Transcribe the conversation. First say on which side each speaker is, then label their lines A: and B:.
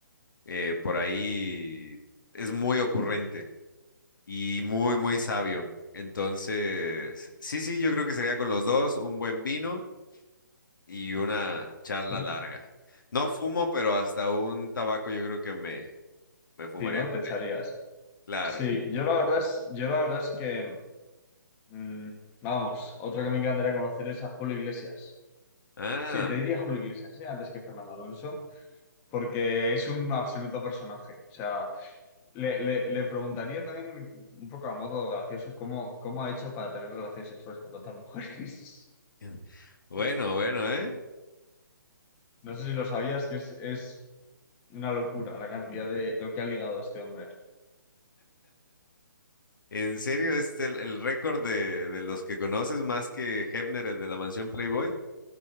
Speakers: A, on the left; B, on the left.
A: eh, por ahí es muy ocurrente y muy, muy sabio. Entonces, sí, sí, yo creo que sería con los dos un buen vino y una charla
B: Sí.
A: larga. No fumo, pero hasta un tabaco yo creo que me, me fumaría
B: Si no,
A: con
B: te echarías.
A: él. Claro.
B: Sí, yo la verdad es, yo la verdad es que, mm, vamos, otro que me encantaría conocer es a Julio Iglesias.
A: Ah,
B: Sí, te diría Julio Iglesias, ¿eh? Antes que Fernando Alonso, porque es un absoluto personaje. O sea, le, le, le preguntaría también, un poco a modo gracioso, cómo, cómo ha hecho para tener relaciones sexuales con tantas mujeres.
A: <laughs> Bueno,
B: <laughs>
A: bueno, ¿eh?
B: No sé si lo sabías, que es, es una locura la cantidad de lo que ha ligado este hombre.
A: En serio, este el, el récord de, de los que conoces más que Hefner, el de la mansión Playboy,